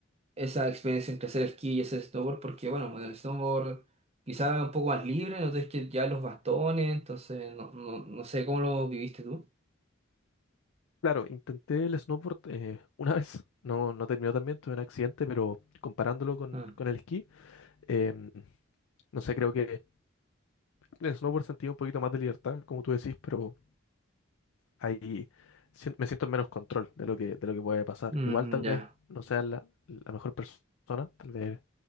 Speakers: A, on the right (about 30°); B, on the left (about 80°).
A: esa experiencia entre hacer esquí y hacer snowboard? Porque, bueno, en el snowboard quizás un poco más libre, no tienes que ya los bastones, entonces no, no, no sé cómo lo viviste tú.
B: Claro, intenté el snowboard eh, una vez, no, no terminó tan bien, tuve un accidente, pero comparándolo con,
A: Ah,
B: con el esquí, em, no sé, creo que en el snowboard sentí un poquito más de libertad, como tú decís, pero ahí sien- me siento en menos control de lo que, de lo que puede pasar.
A: mm,
B: Igual tal
A: ya,
B: vez no sea la, la mejor persona, tal vez